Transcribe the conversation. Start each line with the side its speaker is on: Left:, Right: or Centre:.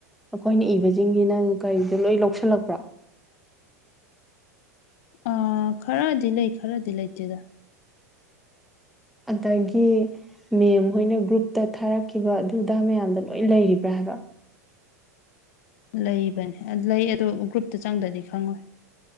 Centre: ꯑꯩꯈꯣꯏꯅ ꯏꯕꯁꯤꯡꯁꯤꯅ ꯀꯔꯤꯁꯦ ꯂꯣꯏ ꯂꯧꯁꯤꯜꯂꯛꯄ꯭ꯔꯣ
Left: ꯑ ꯈꯔꯗꯤ ꯂꯩ ꯈꯔꯗꯤ ꯂꯩꯇꯦꯗ
Centre: ꯑꯗꯒꯤ ꯃꯦꯝ ꯍꯣꯏꯅ ꯒ꯭ꯔꯨꯞꯇ ꯊꯥꯔꯛꯈꯤꯕ ꯑꯗꯨ ꯑꯗꯥ ꯃꯌꯥꯝꯗ ꯂꯣꯏ ꯂꯩꯔꯤꯕ꯭ꯔꯥ ꯍꯥꯏꯕ
Left: ꯂꯩꯕꯅꯦ ꯂꯩ ꯑꯗꯣ ꯒ꯭ꯔꯨꯞꯇ ꯆꯪꯗ꯭ꯔꯗꯤ ꯈꯪꯉꯣꯏ